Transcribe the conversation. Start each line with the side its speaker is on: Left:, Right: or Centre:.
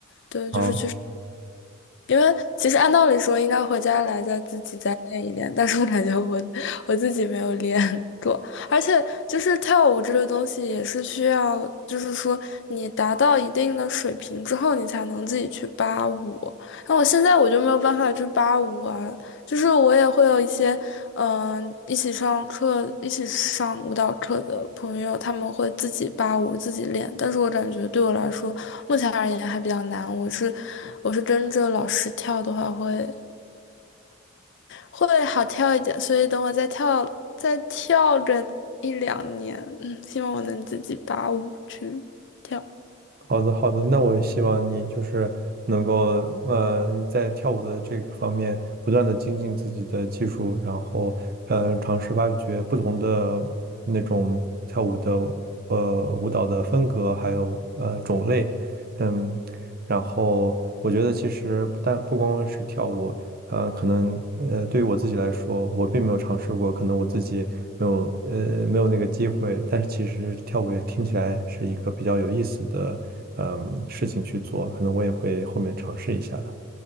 Left: 对，就是。
Right: 好。
Left: 因为其实按道理说应该回家来再自己再练一练，但是我感觉我我自己没有练 <laughs> 过，而且就是跳舞这个东西也是需要，就是说你达到一定的水平之后，你才能自己去扒舞。那我现在我就没有办法去扒舞啊，就是我也会有一些，嗯、一起上课、一起上舞蹈课的朋友，他们会自己扒舞、自己练。但是我感觉对我来说，目前而言还比较难。我是，我是跟着老师跳的话会，会好跳一点。所以等我再跳，再跳个一两年，嗯，希望我能自己扒舞去跳。
Right: 好的，好的，那我希望你就是能够，呃，你在跳舞的这个方面不断的精进自己的技术，然后，呃，尝试发掘不同的那种跳舞的，呃，舞蹈的风格，还有呃种类，嗯，然后我觉得其实不但不光光是跳舞，呃，可能呃对于我自己来说，我并没有尝试过，可能我自己没有呃没有那个机会，但是其实跳舞也听起来是一个比较有意思的嗯事情去做，可能我也会后面尝试一下的。